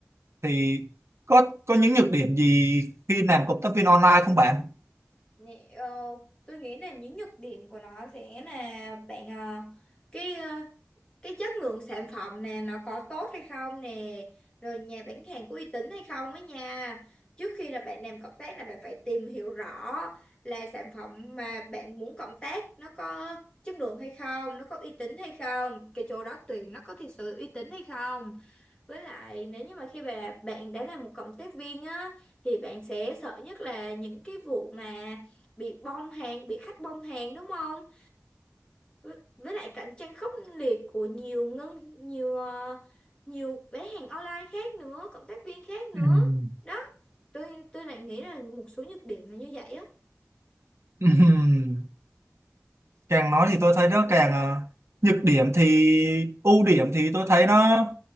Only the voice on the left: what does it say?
Nè, ờ, tôi nghĩ là những nhược điểm của nó sẽ là bạn ờ, cái ờ, cái chất lượng sản phẩm nè nó có tốt hay không nè rồi nhà bán hàng có uy tín hay không á nha trước khi là bạn làm cộng tác là bạn phải tìm hiểu rõ là sản phẩm mà bạn muốn cộng tác nó có chất lượng hay không nó có uy tín hay không cái chỗ đó tuyển nó có thực sự uy tín hay không với lại nếu như mà khi mà bạn đã là một cộng tác viên á thì bạn sẽ sợ nhất là những cái vụ mà bị bong hàng bị khách bong hàng đúng không với với lại cạnh tranh khốc liệt của nhiều ngân nhiều ờ, nhiều bán hàng online khác nữa cộng tác viên khác nữa
đó tôi tôi lại nghĩ là một số nhược điểm là như vậy á